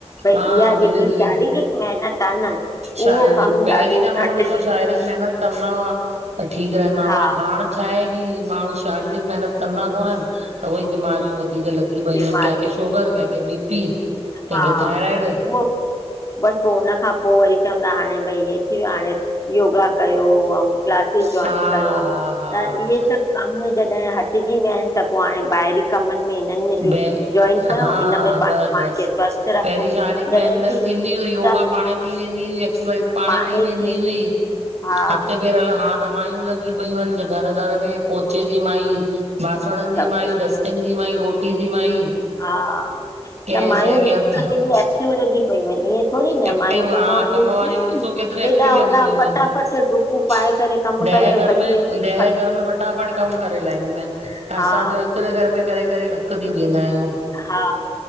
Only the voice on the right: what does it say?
हा
धीरे
धीरे
शारीरिक
पहिरीं
जा माण्हू
ॾिसो शारीरिक महिनत कंदा हुआ त ठीकु रहंदा
हुआ हाणे छा आहे की माण्हू शारीरिक महिनत कंदा कोननि त उई बीमारियूं वधीक लॻी पयूं
आहिनि कंहिंखे शुगर
कंहिंखे बीपी कंहिंखे
थाइराइड
हा हा
हा
ब
हा
बस
बस
पहिरीं शारीरक
मेहनत
थींदी हुई योगा
पाणई थी वेंदी हुई एक्सरसाइज़ पाणई
थी वेंदी
हुई
हथ पेर त माइयूं लॻी पयूं आहिनि घर घर में पोचे जी माई बासणनि जी
माई डस्टिगं जी माई रोटी जी माई
कंहिं
शइ खे
हथ
एक्टिव,
हा
कम वारी
ॾिसो केतिरियूं
एक्टिव
लॻी पयूं
आहिनि।
ॾह
घर
में,
ॾह घर में फटाफट कमु करे लाहींदियूं आहिनि, असांजो
हिकु हिकडे घर में करे करे ककि थी वेंदा आहियूं।